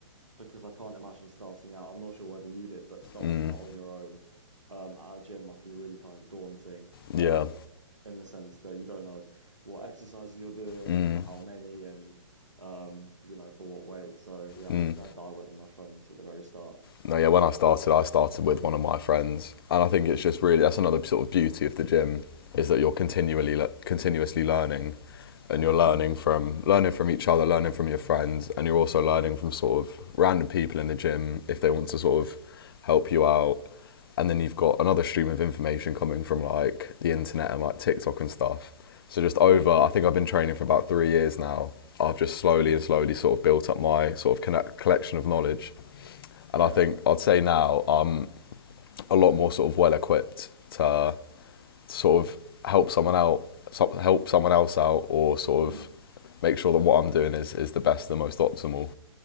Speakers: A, on the right; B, on the left.
A: because I can't imagine starting out. I'm not sure whether you did, but starting
B: Mm.
A: out on your own um, at a gym must be really kind of daunting
B: Yeah.
A: um, in the sense that you don't know what exercises you're doing,
B: Mm.
A: for how many, and um, you know, for what weight. So yeah,
B: Mm.
A: I was glad that I went with my friends at the very start.
B: no, yeah, when I started, I started with one of my friends, and I think it's just really that's another sort of beauty of the gym is that you're continually le- continuously learning, and you're learning
A: Mm,
B: from learning from each other, learning from your friends, and you're also learning from sort of random people in the gym if they want to sort of help you out, and then you've got another stream of information coming from like the internet and like TikTok and stuff. So just over,
A: mm,
B: I think I've been training for about three years now. I've just slowly
A: mm,
B: and slowly sort of built up my sort of connect- collection of knowledge and
A: yeah,
B: I think I'd say now I'm a lot more sort of well equipped to sort of help someone out, so- help someone else out, or sort
A: mm,
B: of make sure that what I'm doing is, is the best, the most optimal.